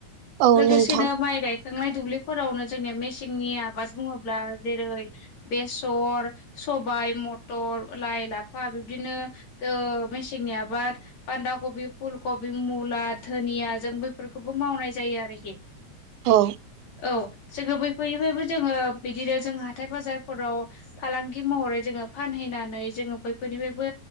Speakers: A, on the right; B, on the left.
A: औ
B: लोगोसेनो
A: नोंथां
B: माइ गायखांनाय दुब्लिफोरावनो जोंनिया मेसेंनि आबाद बुङोब्ला जेरै बेसर सबाय मटर लाइ लाफा बिबदि नो ओ मेसेंनियाबा बानदा कबि फुल कबि मुला धोदिया जो बैफोरखौबो मावनाय जायो आरोखि
A: औ
B: औ जोङो बै फोरनिफायबो बिदिनो जों हाथाय बाजारफोराव फालांगि महरै जोङो फानहैनानै जोङो बैफोरनिफाबो